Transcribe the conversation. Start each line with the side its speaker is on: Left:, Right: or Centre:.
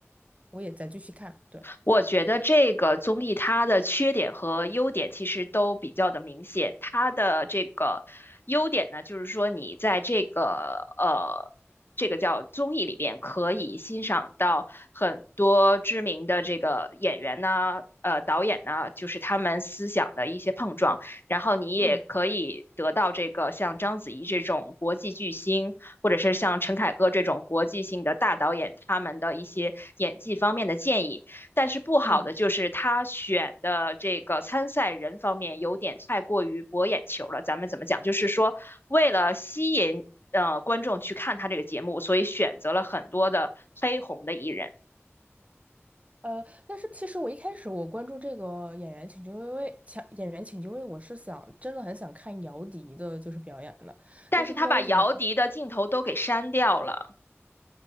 Right: 我也在继续看，对。
Left: 我觉得这个综艺它的缺点和优点其实都比较的明显。它的这个优点呢，就是说你在这个呃这个叫综艺里边可以欣赏到很多知名的这个演员呢。呃，导演呢，就是他们思想的一些碰撞，然后你也可以得到这个像章子怡这种国际巨星，
Right: 嗯
Left: 或者是像陈凯歌这种国际性的大导演，他们的一些演技方面的建议。但是不好的就是他选的这个参赛人方面有点太过于博眼球了。
Right: 嗯，
Left: 咱们怎么讲？就是说，为了吸引呃观众去看他这个节目，所以选择了很多的黑红的艺人，
Right: 呃，但是其实我一开始我关注这个演员请就位，请演员请就位，我是想真的很想看姚笛的，就是表演的，
Left: 但是他把姚笛的镜头都给删掉了。
Right: 但是不知道为什么，